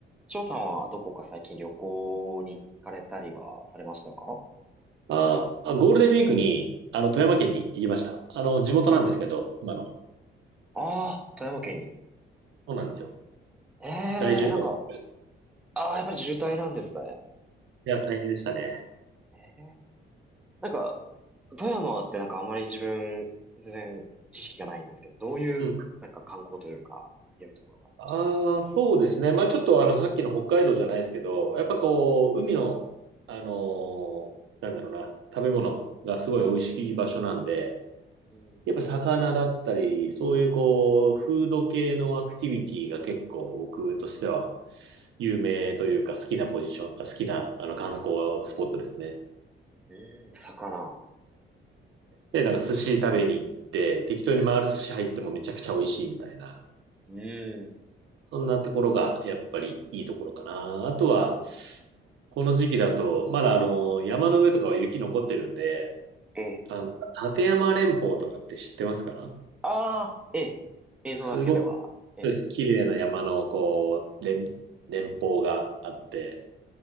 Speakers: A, in the centre; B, on the right (about 70°).
A: 翔さんはどこか最近旅行に行かれたりはされましたか
B: ああ、ゴールデンウィークに、あの、富山県に行きました。あの、地元なんですけど、
A: と、あ
B: 今の。
A: あー、富山県に。
B: そうなんですよ。
A: え
B: 大渋滞。
A: え、なんか、ああ、やっぱり渋滞なんですね。
B: いや、大変でしたね。
A: ええ、なんか、富山ってなんかあまり自分、全然知識がないんですけど、どういう、
B: うん。
A: なんか観光というか、良いところがありました
B: ああ、そうですね。まあ、ちょっとあの、さっきの北海道じゃないですけど、やっぱこう、海の、あのーなんだろうな、食べ物がすごい美味しい場所なんで、
A: うん。
B: やっぱ魚だったり、そういうこう、フード系のアクティビティが結構僕としては有名というか好きなポジション、あ好きなあの観光スポットですね。
A: え魚。
B: で、なんか寿司食べに行って、適当に回る寿司入ってもめちゃくちゃ美味しいみたいな。
A: うん。
B: そんなところがやっぱりいいところかな。あとは、この時期だと、まだあの、山の上とかは雪残ってるんで、
A: ええ。
B: あの、立山連峰とかって知ってますか
A: ああ、ええ。映像だけでは。
B: すごく
A: ええ。
B: 綺麗な山のこう、連、連峰があって、